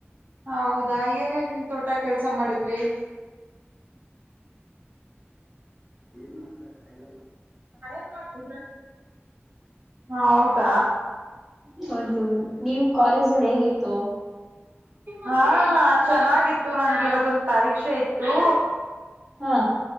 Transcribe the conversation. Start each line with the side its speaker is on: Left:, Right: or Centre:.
Right: ಹೌದಾ ಏನೇನ್ ತೋಟ ಕೆಲ್ಸ ಮಾಡಿದ್ರಿ.
Centre: ಏನು ಮಾಡತಲ್ಲ
Right: ಹ- ಹೌದ.
Centre: ಹೌದು ನೀವು ಕಾಲೇಜ್ಲ್ಲಿ ಹೇಗಿತ್ತು.
Right: ಹಾ- ಚೆನ್ನಾಗಿತ್ತು ನನ್ಗೆ ಇವತ್ತೊಂದ ಪರೀಕ್ಷೆ ಇತ್ತು.
Centre: ಹಾ